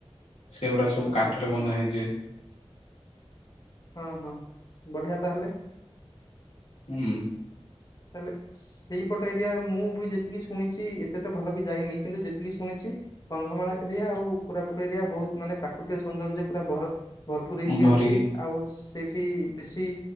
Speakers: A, on the left; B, on the left.
A: ସେଗୁଡ଼ାକ ସବୁ
B: ଆଚ୍ଛା
A: କାଠରେ ବନା ହେଇଛି।
B: ହଁ, ହଁ ବଢ଼ିଆ ତାହେଲେ।
A: ହୁଁ।
B: ତାହେଲେ ସେଇପଟେ ଏରିଆ ମୁଁ ବି ଯେତିକି ଶୁଣିଛି ଏତେ ତ ଭଲ କି ଯାଇନି କିନ୍ତୁ ଯେତିକି ଶୁଣିଛି କନ୍ଧମାଳ ଏରିଆ ଆଉ କୋରାପୁଟ ଏରିଆ ବହୁତ ମାନେ ପ୍ରାକୃତିକ ସୌନ୍ଦର୍ଯ୍ୟ ପୁରା ଭର ଭରପୁର ହେଇକି
A: ଭରିକି
B: ଅଛି। ଆଉ ସେଇଠି ବେଶୀ